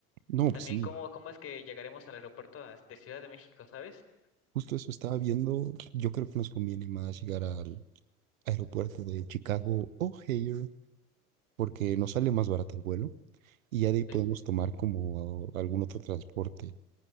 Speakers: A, on the right; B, on the left.
A: No,
B: también
A: pues sí,
B: cómo, cómo es que llegaremos al aeropuerto a- de Ciudad de México, ¿sabes?
A: justo eso estaba viendo. Yo creo que nos conviene más llegar al aeropuerto de Chicago O'Hare porque nos sale más barato el vuelo y ya de ahí podemos
B: Sí.
A: tomar como a- algún otro transporte